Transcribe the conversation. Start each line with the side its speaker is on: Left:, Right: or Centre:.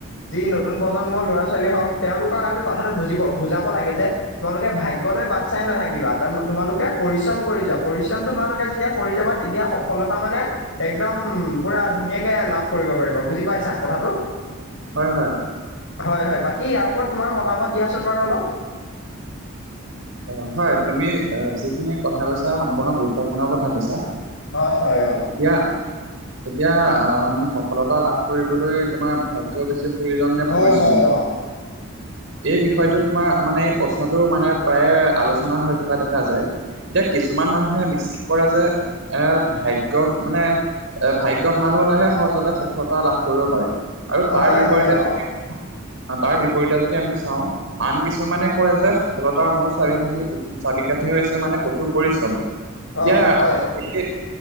Left: যি নতুন প্ৰজন্মৰ ল'ৰা ছোৱালী হওক, তেওঁলোকক আমি কথাটো বুজিব বুজাব লাগে যে। তোমালোকে ভাগ্য ললৈ বাট চাই নাথাকিবা, তোমালোকে পৰিশ্ৰম কৰি যোৱা পৰিশ্ৰম তোমালোকে যেতিয়া। কৰি যাবা, তেতিয়া সফলতা মানে একদম। উম, পুৰা ধুনীয়াকে লাভ কৰিব পাৰিব বুজি পাইছা কথাটো।
Right: হয় হয়।
Left: হয় হয়, বাকী ইয়াৰ ওপৰত তোমাৰ মতামত দিয়াচোন বাৰু অলপ।
Right: অ' হয় তুমি যিখিনি কথা কৈছা সম্পূৰ্ণ গুৰুত্বপূৰ্ণ কথা কৈছা।
Left: হয় হয় অ
Right: এতিয়া। এতিয়া আহ মানে সফলতা লাভ কৰিবলৈ তোমাৰ ভাগ্য বেছি। প্ৰয়োজন নে
Left: হয়
Right: পৰিশ্ৰম
Left: হয় অ
Right: এই বিষয়টো তোমাৰ মানে। প্ৰশ্নটো মানে প্ৰায়ে আলোচনা হৈ থকা দেখা যায় এতিয়া কিছুমান মানুহে। কৰে যে, এ ভাগ্য মানে। এ' ভাগ্য ভাল হলেহে সহজতে সফলতা লাভ কৰিব পাৰি। আৰু তাৰ
Left: হয়
Right: বিপৰীতে
Left: হয় হয় অ
Right: যদি আ তাৰ বিপৰীতে যদি আমি চাওঁ আন কিছুমানে। কলে যে সফলতাৰ মূল চাবিকাঠি চাবিকাঠি হৈছে মানে কঠোৰ পৰিশ্ৰম। এতিয়া
Left: অ হয়
Right: বিশেষ।